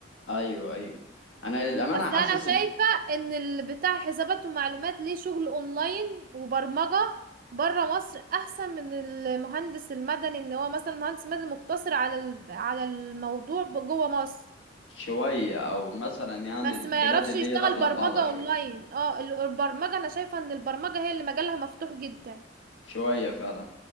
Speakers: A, on the left; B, on the right.
A: ايوه ايوه انا للأمانة
B: بس
A: حاسس
B: انا شايفة
A: إن-
B: ان اللي بتاع حسابات ومعلومات ليه شغل اونلاين وبرمجة بره مصر احسن من المهندس المدني ان هو مثلا مهندس مدني مقتصر على ال- على الموضوع ب- جوه مصر
A: شوية او مثلا يعني
B: بس
A: البلاد
B: ما يعرفش
A: اللي
B: يشتغل
A: هي داخلة
B: برمجة
A: في بعضها شوية
B: اونلاين اه ال- البرمجة انا شايفة ان البرمجة هي اللي مجالها مفتوح جدا
A: شوية فعلا